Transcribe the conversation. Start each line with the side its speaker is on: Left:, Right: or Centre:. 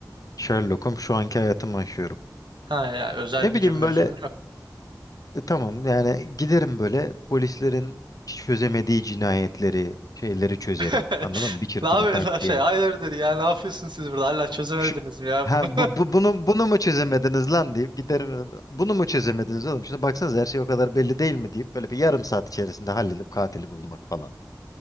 Left: Sherlock'um şu anki hayatımı yaşıyorum.
Right: Ha ya özel
Left: Ne
Right: gücün
Left: bileyim
Right: mücün
Left: böyle
Right: yok.
Left: E, tamam yani giderim böyle polislerin çözemediği cinayetleri, şeyleri çözerim.
Right: <laughs>
Left: Anladın mı? Bir çırpıda
Right: Ne yapıyorsun
Left: tak
Right: şey?
Left: diye.
Right: Hayırdır ya ne yapıyorsun siz burada? Hala çözemediniz
Left: Şimdi
Right: mi ya
Left: ha
Right: bunu?
Left: bu, bu bunu bunu mu çözemediniz lan deyip giderim. Bunu mu çözemediniz oğlum? Şimdi baksanız her şey o kadar belli değil mi deyip böyle bir yarım saat içerisinde halledip katili bulmak falan.